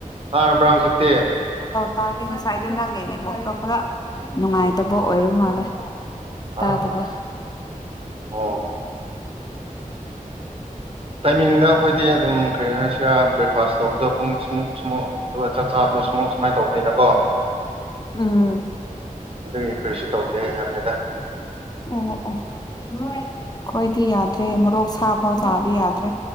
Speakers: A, on the right; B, on the left.
A: ꯇꯥꯔꯕ꯭ꯔꯥ ꯍꯧꯖꯤꯛꯇꯤ
B: ꯇꯥꯗꯤ ꯉꯁꯥꯏꯗꯣ ꯅꯪꯉꯦꯅꯦꯕꯣꯛꯇꯣ ꯈꯔ ꯅꯨꯡꯉꯥꯏꯇꯕ ꯑꯣꯏꯔꯨ ꯃꯥꯜꯂꯦ
A: ꯑꯥ
B: ꯇꯥꯗꯕ
A: ꯑꯣ ꯇꯥꯏꯃꯤꯡꯗ ꯑꯩꯈꯣꯏꯗꯤ ꯑꯗꯨꯝ ꯀꯩ ꯍꯥꯏꯁꯦ ꯁꯤꯔ ꯕ꯭ꯔꯦꯛꯐꯥꯁ ꯇꯧꯕꯗꯣ ꯄꯨꯡ ꯏꯁꯃꯨꯛ ꯏꯁꯃꯨ ꯑꯗꯨꯒ ꯆꯥꯛ ꯆꯥꯕꯗꯣ ꯁꯃꯨꯛ ꯁꯨꯃꯥꯏꯅ ꯇꯧꯕꯅꯤꯅꯀꯣ
B: ꯎꯝ
A: ꯑꯗꯨꯒꯤ ꯀꯔꯤꯁꯨ ꯇꯧꯗꯦ ꯍꯥꯏꯕꯅꯤꯗ
B: ꯑꯣ ꯑꯣ ꯈꯣꯏꯗꯤ ꯌꯥꯗ꯭ꯔꯦ ꯃꯣꯔꯣꯛ ꯁꯥꯐꯥꯎ ꯆꯥꯕ ꯌꯥꯗ꯭ꯔꯦ